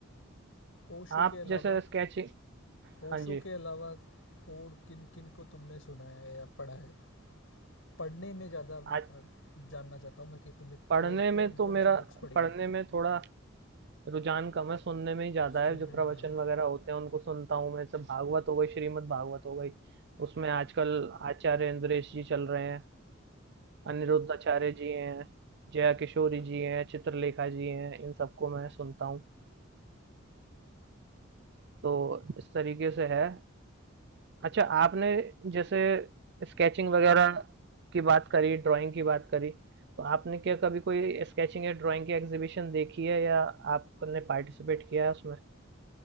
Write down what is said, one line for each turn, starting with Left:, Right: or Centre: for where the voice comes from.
Left: ओशो
Right: आप
Left: के अलावा
Right: जैसे स्केचिंग
Left: ओशो
Right: हाँ जी।
Left: के अलावा और किन किन को तुमने सुना है या पढ़ा है पढ़ने में ज़्यादा अ,
Right: आज
Left: जानना चाहता हूँ मैं कि तुमने
Right: पढ़ने
Left: और कौन
Right: में तो
Left: कौन
Right: मेरा
Left: सी बुक्स पढ़ी
Right: पढ़ने
Left: है
Right: में थोड़ा रुझान कम है, सुनने में ही ज़्यादा
Left: सुनने
Right: है, जो प्रवचन
Left: में ज़्यादा
Right: वगैरह होते हैं उनको सुनता हूँ मैं, जैसे भागवत हो गई, श्रीमद् भागवत हो गई, उसमें आजकल आचार्य इन्द्रेश जी चल रहे हैं, अनिरुद्ध आचार्य जी हैं, जया किशोरी जी हैं, चित्रलेखा जी हैं, इन सबको मैं सुनता हूँ। तो इस तरीके से है अच्छा आपने जैसे स्केचिंग वगैरह की बात करी ड्राइंग की बात करी तो आपने क्या कभी कोई स्केचिंग या ड्राइंग की एग्जीबिशन देखी है या आपने पार्टिसिपेट किया है उसमें